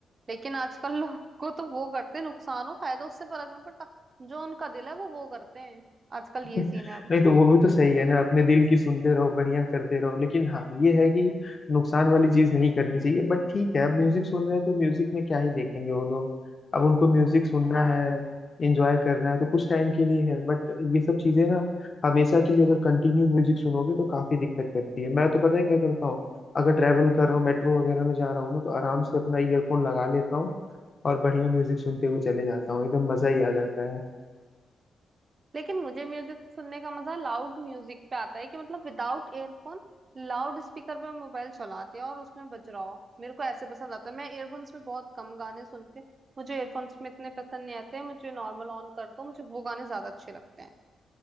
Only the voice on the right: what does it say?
लेकिन आजकल <laughs> लोग को तो वो करते हैं नुकसान हो फायदा उससे फर्क नहीं पड़ता जो उनका दिल है वो वो करते हैं आजकल ये
सीन है अब
हाँ
लेकिन मुझे म्यूजिक सुनने का मजा लाउड म्यूजिक पे आता है कि मतलब विदाउट एयरफोन लाउड स्पीकर पे मोबाइल चला दिया और उसमें बज रहा हो मेरे को ऐसे पसंद आता है मैं एयरफोन्स में बहुत कम गाने सुनती हूँ मुझे एयरफोन्स में इतने पसंद नहीं आते मुझे नॉर्मल ऑन कर दो मुझे वो गाने ज्यादा अच्छे लगते हैं